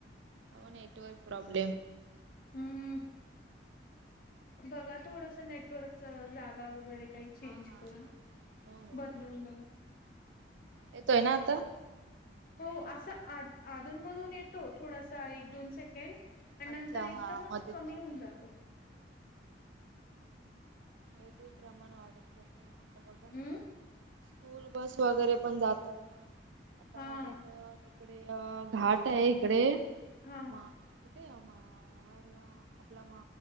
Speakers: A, on the right (about 80°); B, on the left (about 50°).
A: हो नेटवर्क प्रॉब्लेम
B: हम्म बघा थोडस नेटवर्कच जागा वगैरे काही चेंज
A: हा हा
B: करून
A: हा. हो हो.
B: बदलून बघा
A: येतोय ना आता
B: हो असा आ आधून मधून येतो थोडासा एक दोन से सेकेंड आणि
A: अच्छा
B: नंतर एकदमच
A: हा मध्येच
B: कमी
A: जात
B: होऊन जातो.
A: मृत्यूच प्रमाण वाढत चाललंय
B: हम्म
A: स्कूल बस वगैरे पण जातात ना आता
B: हा
A: मधी तर इकडे अ घाट आहे इकडे
B: हा
A: वा ते म्हाडला आपला